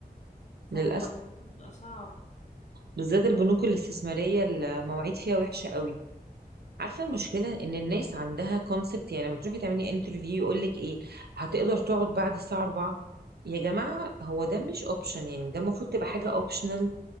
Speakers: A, on the left; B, on the right.
A: فالموضوع
B: للاسف
A: بيبقى صعب
B: بالذات البنوك الاستثماريه المواعيد فيها وحشه قوي عارفه المشكله ان الناس عندها كونسبت يعني لما تروحي تعملي انترفيو يقول لك ايه هتقدر تقعد بعد الساعه 4 يا جماعه هو ده مش اوبشن يعني ده المفروض تبقى حاجه اوبشنال